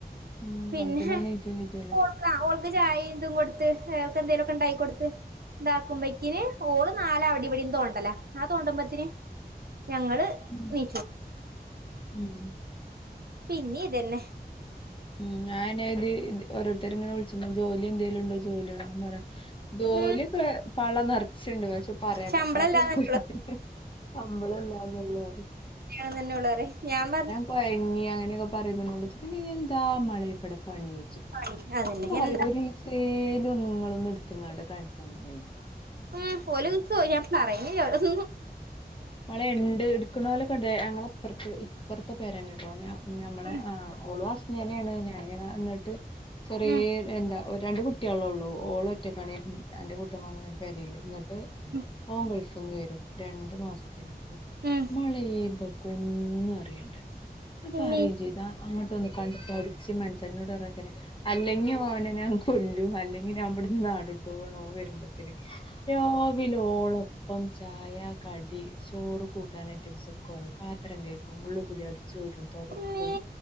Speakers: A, on the left (about 30°); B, on the right (about 65°).
A: ഉം.
B: പിന്നെ
A: അപ്പത്തിനും നീച്ചും ചെജ്ജോല്ലോ
B: ഓൾക്കാ ഓൾക്ക് ചായിം ഇതും കൊടുത്ത് ഓർക്കെന്തേലുമൊക്കെ ണ്ടായി കൊടുത്ത് ഇണ്ടാക്കുമ്പോക്കിന് ഓള് നാല് അവിടേം ഇവിടെ തോണ്ടലാ ആ തോണ്ടുമ്പോത്തിന് ഞങ്ങള്
A: ഉം
B: നീച്ചും
A: ഉം
B: പിന്നീ ഇതെന്നെ
A: ഉം ഞാൻത് ഓരോരുത്തര് ഇങ്ങനെ വിളിച്ചുംമ്പോ ജോലി എന്തേലും ഉണ്ടോ ജോലിയ പറയാ ജോലിക്കേ
B: ഉം
A: പള്ള നെർ ച്ച്ണ്ട് പക്ഷേ പറയാൻ
B: ശമ്പളല്ലാന്നന്നെള്ളു
A: പറ്റാത്ത ജോലിണ് ശമ്പളംല്ലാന്നൊള്ളു
B: ന്നെന്നേള്ളൂ റിയാ ഞാൻ പറഞ്ഞ്
A: കൊഴങ്ങി അങ്ങനെയൊക്കെ പറയുമ്പോ ഇന്നോടൊയ്ച്ചും പിന്നെ എന്താ മളേ യിബടെ പണി ഓയ്ച്ചും
B: പണി അതന്നെ
A: പറിം
B: എന്താ
A: ഒരു ഈസെലും ഒന്ന് ങ്ങളൊന്ന് ട്ത്ത്ങ്ങാണ്ട് കാണിച്ചെന്നണിം
B: ഉ ഓല്ട്ക്കും ഞാൻ പറയ്ണില്ലത്
A: മളെ ണ്ട് ഇട്ക്കുനോലൊക്കെണ്ട് ഞങ്ങളെ ഇപ്പൊറ്ത്ത് ഇ ഇപ്പൊറ്ത്തെ പേരന്നേ ട്ടോ ഞമ്മളെ
B: ഉം
A: ആ ഒളും അസ്നെന്നേണ് ഞാൻങ്ങനെ ന്ന്ട്ട് ചെറിയേ
B: ഉം
A: എന്താ ഒ രണ്ട് കുട്ട്യാളെള്ളു ഓൾ ഒറ്റക്കാണി അന്റെ കൂട്ടം പറഞ്ഞ മാരി പെരേല് ന്ന് ട്ട്
B: ഉം
A: ഓൻ ഗൾഫ്ന്ന് വെരും രണ്ടു മാസത്തിട്ടോ
B: ഉം
A: മളേ പൊ ഒന്നും അറിയണ്ടേ ഞാൻപ്പൊറയും
B: ഇമ്മേ
A: ചെയ്താ അങ്ങോട്ട ഒന്ന് കണ്ട പഠിച്ചിം മന്സ ഇനോട് പറയാകാരം അല്ലെങ്കിൽ ഓനെ ഞാൻ കൊല്ലു അല്ലെങ്കിൽ ഞാൻ അവിടുന്ന് നാട് ടും ഒന് വരുമ്പോത്തിന് രാവിലോളപ്പം ചായ കടി ചോറ് കൂട്ടാൻ ഐറ്റം സഒക്കെന് പത്രം കഴിക്കും ഉള്ള്ക്കുടി അടി ച്ചൊരും തൊടക്കും
B: ഇമ്മേ